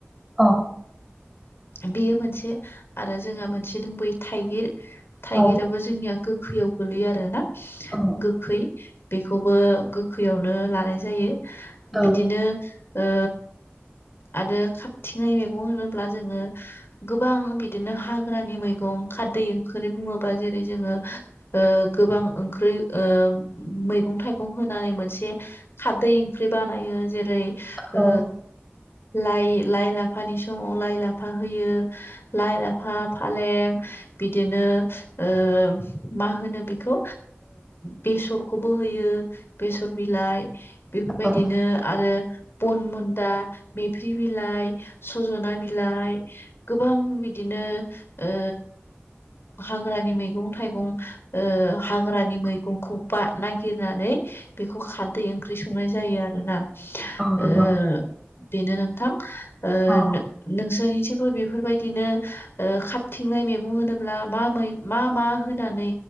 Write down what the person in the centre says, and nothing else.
औ
औ
औ
औ
औ
औ
नंगौ
औ